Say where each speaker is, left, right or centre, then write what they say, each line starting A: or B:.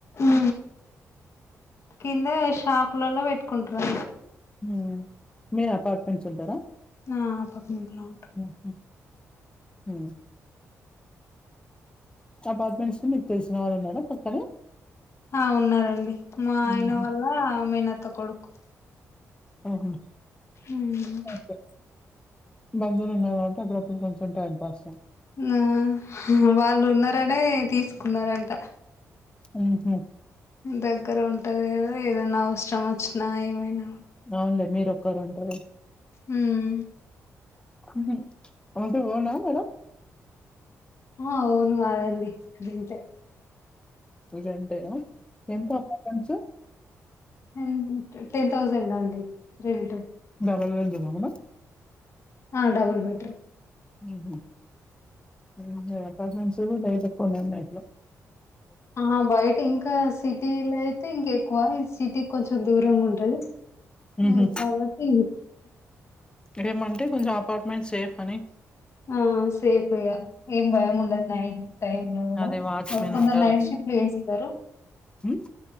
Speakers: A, on the left; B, on the left.
A: ఉ కింద షాపులలో పెట్టుకుంటారా
B: ఉ మీరు అపార్ట్మెంట్ ఉంటారా
A: ఆ అపార్ట్మెంట్లో ఉంటాం
B: ఆహా హా అపార్ట్మెంట్స్ లో మీకు తెలిసిన వాళ్ళ ఉన్నార పక్కనే
A: ఆ ఉన్నారండి మా
B: హుహు.
A: ఆయన వాళ్ళ మేనత్త కొడుకు
B: ఆహా
A: ఉమ్.
B: ఓకే బంధువులు ఉన్నారు కాబట్టి అక్కడప్పు కొంచెం టైం పాస
A: నా హ్ వాళ్ళున్నారనే తీసుకున్నారంట
B: ఉ హ
A: దగ్గర ఉంటది కదా ఏదన్నావసరం ఒచ్చినా ఏమైనా
B: అవునులే మీరోక్కర్ ఉంటరు
A: ఉమ్
B: ఉహ్ హౌస్ ఓన్ హా మీరు
A: హా అవును కాదండి రెంటె
B: పూజ అంటే న ఎంత అపార్టెంట్స్
A: ఎంటు టెన్ థౌజండ్ అ అండి రెంటు
B: డబల్ బెడ్ నన నా
A: ఆ డబుల్ బెడ్రూమ్
B: ఉహ్ ఇన్గాఅపార్ట్మెంట్స్ బయట్ ఎక్కువునే ఉన్నాయ్ ఇంట్లో
A: ఆ బయటింకా సిటీలయితే ఇంకేక్కువ ఇద్ సిటీ కొంచెం దూరంగా ఉంటది
B: హుహు.
A: ఉ కావట్టి
B: డె ఏమంటే కొంచెం అపార్ట్మెంట్ సేఫ్ అని
A: ఆ సేఫ్ ఇగ ఏం భయం ఉండద్ నైట్ టైం లో కూడా
B: అదే వాచ్‌మెన్
A: అ కొందరు
B: ఉంటారు
A: నైట్ షిఫ్ట్ లు చేస్తారు
B: హ్మ్.